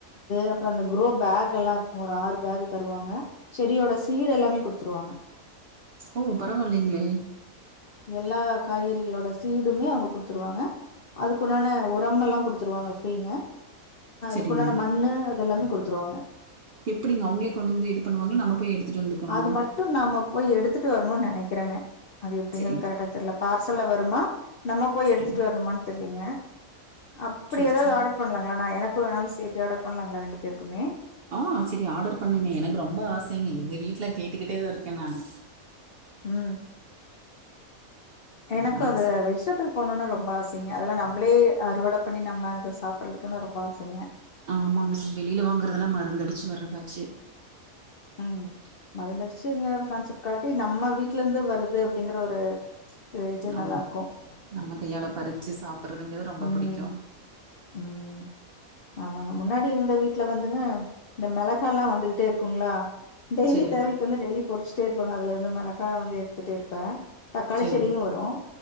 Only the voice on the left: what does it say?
அப்றோ அந்த குரோப் பேக் எல்லா இருக்கு ஒரு ஆறு பேக் தருவாங்க செடியோட சீட் எல்லாமே குடுத்துருவாங்க
எல்லா காய்கறிகளோட சீடுமே அவுங்க குடுத்துருவாங்க அதுக்குன்டான உரம் எல்லா குடுத்துருவாங்க ஃப்ரீங்க
க்குண்டான மண்ணு அதெல்லாம் குடுத் துருவாங்க
அது மட்டு நாம போய் எடுத் துட்டு வரணும்னு நெனைக்கிறங்க அது எப்டிங்க
கரெக்டா தெர்ல பார்சல்ல வருமா நம்ம போய்
எடுத்துட்டு வரனுமானு தெரிலிங்க அப்டி
எதாது
ஆர்டர் பண்ணலாங்களா நா எனக் <unintelligible> சேத்தி ஆர்டர் பண்ணங்களா ரெண்டு பேருக்குமே
ம்
எனக்கு
அது
வெஜிடபிள் போனும்னு ரொம்ப ஆசைங்க அதெல்லாம் நம்மளே அறுவடை பண்ணி நம்ம அத சாப்பிடுறதுக்குன்னு ரொம்ப ஆசைங்க.
ம் மறந்துடுச்சிங்கற கான்செப்ட் கான்டி நம்ம வீட்டல இருந்து வருது அப்டிங்கற ஒரு இது
நல்லாருக்கும்.
ம்.
ம் ஆமாங்க முன்னாடி இருந்து வீட்ல வந்துங்க இந்த மிளகாலாம் வந்துடே இருக்குங்களா டெய்லி
தேவைக்கு வந்து டெய்லி பொறிச்சுட்டே இருப்பேங்க அதுல இருந்து மிளகா வந்து எடுத்துட்டே இருப்பேன் தக்காளி
செடியும் வரும்